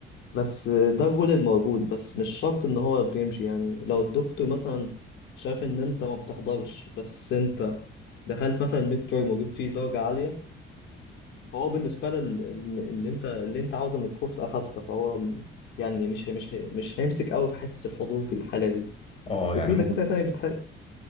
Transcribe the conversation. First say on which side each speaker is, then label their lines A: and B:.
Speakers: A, on the left (about 65°); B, on the left (about 30°).
A: بس ده الرول الموجود بس مش شرط ان هو بيمشي يعني لو الدكتور مثلا شاف ان انت ما بتحضرش بس انت دخلت مثلا الميد تيرم وجبت فيه درجة عالية فهو بالنسبة لل اللي انت اللي انت عاوزه من الكورس اخدته فهو م- يعني مش مش مش هيمسك قوي في حتة الحضور في الحالة دي
B: اه
A: وفي
B: يعني ممكن
A: دكاترة تانية بتحس